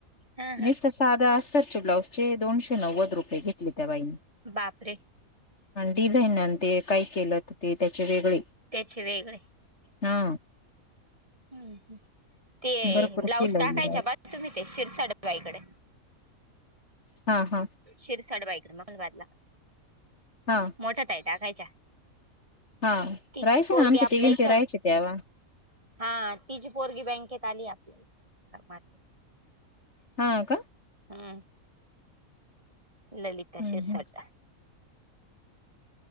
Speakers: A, on the right (about 25°); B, on the left (about 50°).
A: हा
B: निसत
A: हा
B: साध्या अस्तरच्या ब्लाउजचे दोनशे नव्वद रुपये घेतले त्या बाईने.
A: बापरे!
B: डिझाईनन ते काय केलं ते त्याचे वेगळे.
A: त्याचे वेगळे.
B: हा.
A: ह् ते
B: भरपूर
A: ब्लाऊज
B: शिलाई
A: टाकायच्या ब तुम्ही ते शिरसाड बाईकडे.
B: हा हा.
A: शर सड बायकड मंगलवारला.
B: हा.
A: मोठ्या ताई टाकायच्या
B: हा
A: तिची
B: राहायचे
A: पोरगी
B: ना आमच्या
A: आपल्या
B: तिघींचे
A: इथं
B: राहायचे त्यावा
A: हा त जी पोरगी बँकेत आली आपल्या इथ कामात.
B: हा का.
A: रिकामा ऑडिओ ललिता
B: हम्म
A: शिरसाट.